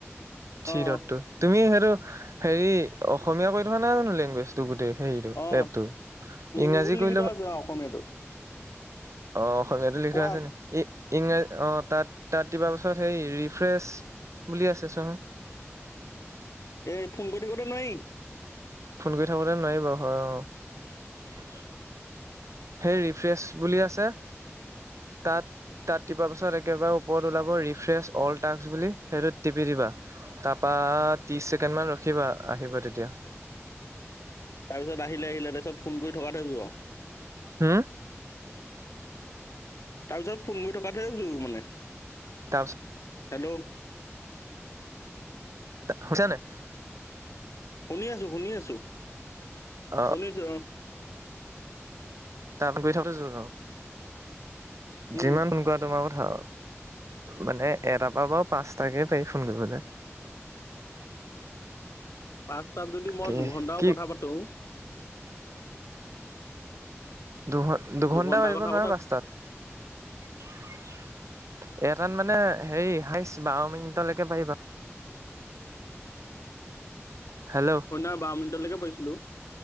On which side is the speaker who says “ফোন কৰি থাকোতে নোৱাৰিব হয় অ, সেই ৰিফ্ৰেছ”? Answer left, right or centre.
Right